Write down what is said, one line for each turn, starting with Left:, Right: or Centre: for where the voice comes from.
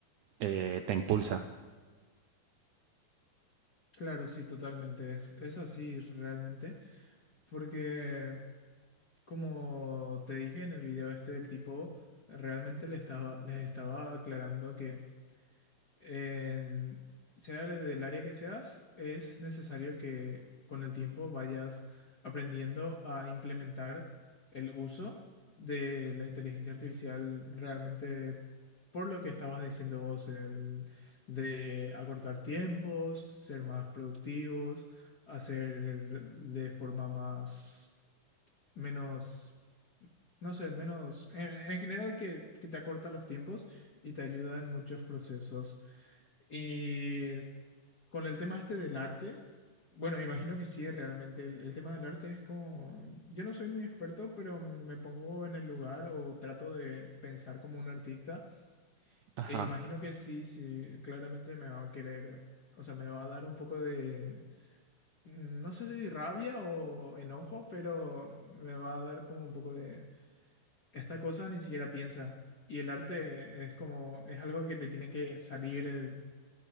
Right: eh, te impulsa.
Left: Claro, sí, totalmente. Es, es así realmente. Porque, como te dije en el video este, el tipo realmente le estaba, les estaba aclarando que en, sea del área que seas, es necesario que con el tiempo vayas aprendiendo a implementar el uso de la inteligencia artificial realmente por lo que estabas diciendo vos, el de acortar tiempos, ser más productivos, hacer de forma más, menos, no sé, menos, en, en general que, que te acorta los tiempos y te ayuda en muchos procesos. Y con el tema este del arte, bueno, me imagino que sí, realmente el, el tema del arte es como, yo no soy muy experto, pero me pongo en el lugar o trato de pensar como un artista
Right: Ajá.
Left: e imagino que sí, sí, claramente me va a querer, o sea, me va a dar un poco de, no sé si rabia o enojo, pero me va a dar como un poco de, esta cosa ni siquiera piensa. Y el arte es como, es algo que te tiene que salir